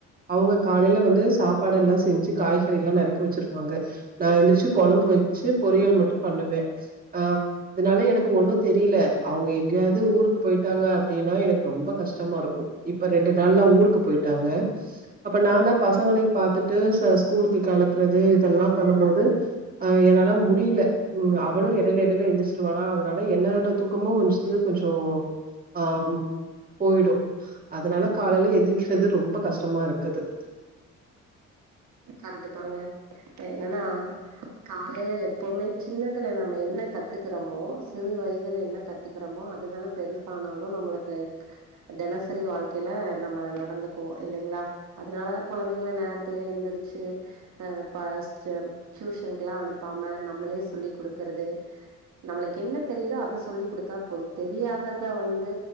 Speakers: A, on the right (about 30°); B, on the right (about 70°).
A: அவங்க காலைல வந்து சாப்பாடு எல்லா செஞ்சு காய்கறி எல்லா நறுக்கி வச்சிருவாங்க நா எந்திரிச்சு கொழம்பு வச்சு பொரியல் மட்டு பண்ணுவே அ அதனால எனக்கு ஒண்ணு தெரியல அவங்க எங்கேயாவது ஊருக்கு போயிட்டாங்க அப்டின்னா எனக்கு ரொம்ப கஷ்டமா இருக்கு இப்ப ரெண்டு நாள்ல்லா ஊருக்கு போயிட்டாங்க அப்ப நான்தா பசங்களையு பாத்துட்டு ச ஸ்கூலுக்கு கெளப்புறது இதெல்லா பண்ணும்போது அ என்னால முடில, ம், அ அவளு எடையில எடையில எந்திருச்சிருவாளா அதனால என்னோட தூக்கமு வஞ்சுது கொஞ்சோ ஆ போயிடு, அதனால காலைல எந்திரிக்கிறது ரொம்ப கஷ்டமா இருக்குது
B: கரெக்ட்டுதாங்க இப்ப என்னன்னா காலைல எப்போமே சின்னதுல நம்ம என்ன கத்துக்குறோமோ சிறு வயதுல என்ன கத்துக்கிறோமோ அதுதானே பெருசானாலு நம்மளுக்கு தினசரி வாழ்க்கையில நம்ம நடந்துக்குவோ இல்லைங்ளா அதனாலதா கொழந்தைங்கள நேர த்துல எந்திரிச்சு அ ஃப்ஸ்ட் டியூஷன்க்குலா அனுப்பாம நம்மளே சொல்லிகுடுக்கறது நம்மளுக்கு என்ன தெரியுதோ அத சொல்லிக் குடுத்தா போதும் தெரியாததை வந்து